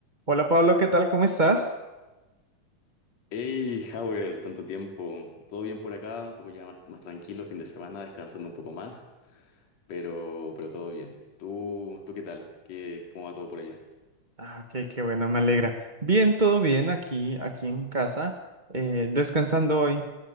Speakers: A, on the right (about 40°); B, on the left (about 55°).
A: Hola Pablo, ¿qué tal? ¿Cómo estás?
B: Hey, Howard, tanto tiempo. Todo bien por acá, un poco ya más, más tranquilo, fin de semana, descansando un poco más, pero, pero todo bien. ¿Tú, tú qué tal? ¿Qué, cómo va todo por allá?
A: Ah, ok, qué bueno, me alegra. Bien, todo bien aquí, aquí en casa, eh, descansando hoy.